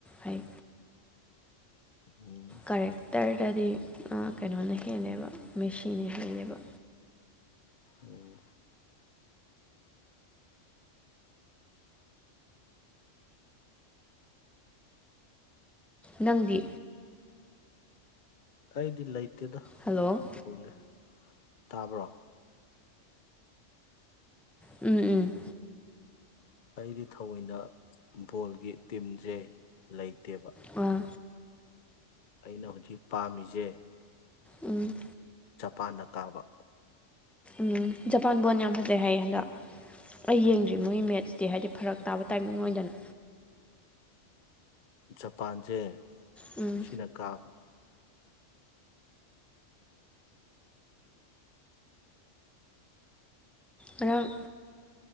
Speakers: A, in the centre; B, on the left.
A: ꯍꯩ
B: ꯎꯝ
A: ꯀꯔꯦꯛꯇꯔꯗꯗꯤ ꯀꯩꯅꯣꯅ ꯍꯦꯜꯂꯦꯕ ꯃꯦꯁꯤꯟꯅ ꯍꯦꯜꯂꯦꯕ
B: ꯎꯝ
A: ꯅꯪꯗꯤ
B: ꯑꯩꯗꯤ ꯂꯩ ꯠꯇꯗꯣ
A: ꯍꯜꯂꯣ
B: ꯑꯗꯨꯇꯀꯗ ꯇꯥꯕ꯭ꯔꯣ
A: ꯎꯝ ꯎꯝ
B: ꯑꯩꯗꯤ ꯊꯑꯣꯏꯅ ꯕꯣꯜꯒꯤ ꯇꯤꯝꯁꯦ ꯂꯩꯇꯦꯕ
A: ꯑ
B: ꯑꯩꯅ ꯍꯧꯖꯤꯛ ꯄꯥꯝꯃꯤꯁꯦ
A: ꯎꯝ
B: ꯖꯄꯥꯟꯅ ꯀꯥꯕ
A: ꯎꯝ ꯖꯄꯥꯟ ꯕꯣꯟ ꯌꯥꯝ ꯐꯖꯩ ꯍꯥꯏꯌꯦ ꯍꯟꯗꯛ ꯑꯩ
B: ꯎꯝ
A: ꯌꯦꯡꯗ꯭ꯔꯤ ꯃꯣꯏꯒꯤ ꯃꯦꯠꯁ ꯇꯤ ꯍꯥꯏꯗꯤ ꯐꯔꯛ ꯇꯥꯕ ꯇꯥꯏꯃꯤꯡ ꯑꯣꯏꯗꯅ
B: ꯖꯄꯥꯟꯁꯦ
A: ꯎꯝ
B: ꯁꯤꯅ ꯀꯥꯕ
A: ꯉꯔꯡ